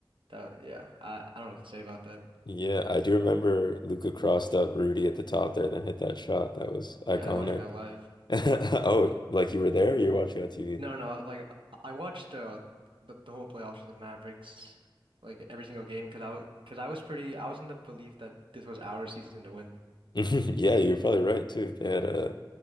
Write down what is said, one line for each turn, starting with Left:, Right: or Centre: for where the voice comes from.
Right: That yeah, I, I don't know what to say about that.
Left: Yeah, I do remember Luca crossed up Rudy at the top there, then hit that shot. That was iconic.
Right: Yeah, I was watching that live.
Left: <laughs> Oh, like you were there or you were watching on TV?
Right: No, no, like I watched uh the, the whole playoffs for the Mavericks, like every single game because I cause I was pretty I was in the belief that this was our season to win.
Left: <laughs> Yeah, you're probably right too. They had uh,